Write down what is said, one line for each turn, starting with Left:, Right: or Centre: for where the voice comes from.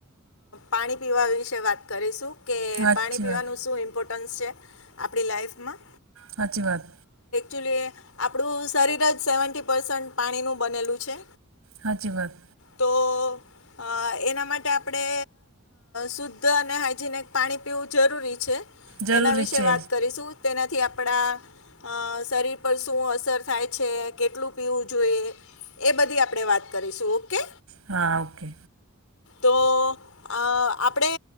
Left: પાણી પીવા વિશે વાત કરીશું કે
Right: સાચી
Left: પાણી પીવાનું
Right: વાત
Left: શું ઇમ્પોર્ટ ન્સ છે આપણી લાઈફમાં
Right: સાચી વાત
Left: જોલીએ આપણું શરીર જ સેવન્ટી પર્સન્ટ પાણીનું બનેલું છે
Right: હા જી વાત
Left: તો આ એના માટે આપણે શુદ્ધ અને હાઈજેનિક પાણી પીવું જરૂરી છે
Right: જરૂરી
Left: એના વિશે
Right: છે
Left: વાત કરીશું તેનાથી આપડા શરીર પર શું અસર થાય છે કેટલું પીવું જોઈએ એ બધી આપણે વાત કરીશું ઓકે
Right: હા ઓકે
Left: તો આપણે